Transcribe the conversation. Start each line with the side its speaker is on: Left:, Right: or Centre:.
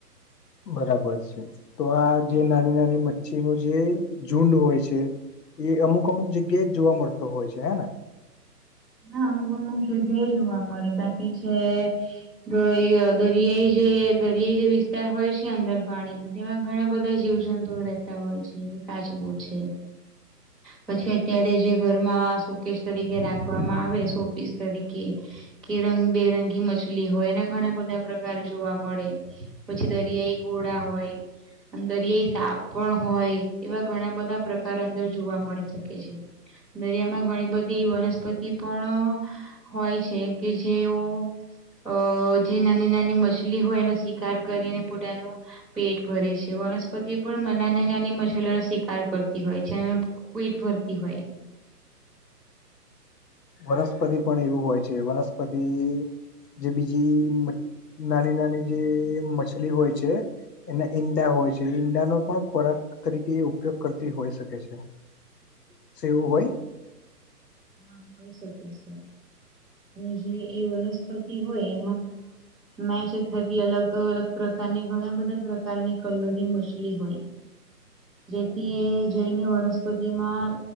Left: બરાબર છે તો આ જે નાની નાની મચ્છી ન જે ઝુંડ હોય છે. એ અમુક અમુક જગ્યાએ જ જોવા મળતો હોય છે હે ને.
Centre: ના અમુક અમુક જગ્યા જોવા મળે બાકી જે દરિયાઈ જે દરિયાઈ જે વિસ્તાર હોય છે અંદર પાણીમાં તેમાં ઘણા બધા જીવ જંતુઓ રહેતા હોય છે કે કાચબો છે. પછી અત્યારે જે ઘરમાં સોપીશ તરીકે રાખ વામાં આવે શો પીસ તરીકે. કે રંગ બેરંગી મછલી હોય એના ઘણા બધા પ્રકાર જોવા મળે. પછી દરિયાઈ ઘોડા હોય. અને દરિયાઈ સાપ પણ હોય એવા ઘણા બધા પ્રકાર અંદર જોવા મળી શકે છે. દરિયામાં ઘણી બધી વનસ્પતિ. એ પણ હોય છે કે જેઓ. અ જે નાની નાની મછલી હોય એનો સ્વીિકાર કરીને પોતાનું. પેટ ભરે છે વનસ્પતિ પણ નાની નાની મછલીઓનો શિકાર કરતી હોય છે. પેટ ભરતી હોય.
Left: વનસ્પતિ પણ એવું હોય છે વનસ્પતિ જે બીજી નાની નાની જે મછલી હોય છે. એના ઈંડા હોય છે ઈંડાનો પણ ખોરાક તરીકે એ ઉપયોગ કરતી હોય શકે છે. સે એવું હોય!
Centre: હા હોય શકે છે અને જે એ વનસ્પતિ હોય. મેચ થતી અલગ અલગ. પ્રકારની ઘણા બધા પ્રકારની કલરની મછલી હોય. જેથી એ જૈને વનસ્પતિ માં